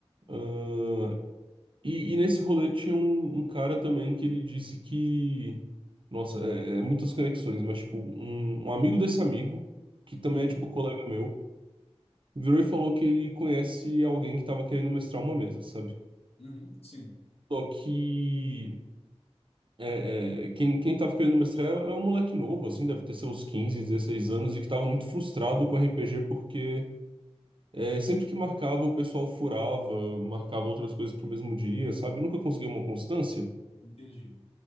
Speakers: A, on the right (about 50°); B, on the left (about 65°).
A: Ah, e, e nesse rolê tinha um, um cara também que ele disse que. Nossa, é, é muitas conexões, mas, tipo, um, um amigo desse amigo, que também
B: uhum,
A: é, tipo, colega meu, virou e falou que ele conhece alguém que tava querendo mestrar uma mesa, sabe?
B: uhum, sim,
A: Só que. É, é, quem, quem tava querendo mestrar é, é um moleque novo, assim, deve ter seus 15 16 anos e que tava muito frustrado com RPG porque é, sempre que marcava o pessoal furava, marcava outras coisas pro mesmo dia, sabe? Nunca conseguia uma constância.
B: entendi.